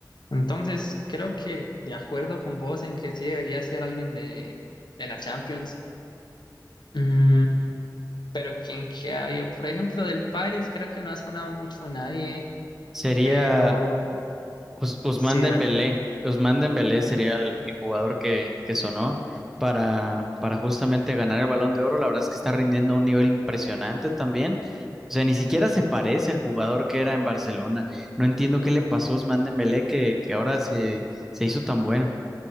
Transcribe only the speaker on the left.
Entonces, creo que de acuerdo con vos en que sí debería ser alguien de, de la Champions. Mm, pero quien que había, por ejemplo, del Paris, creo que no ha sonado mucho nadie,
pero
sí,
da-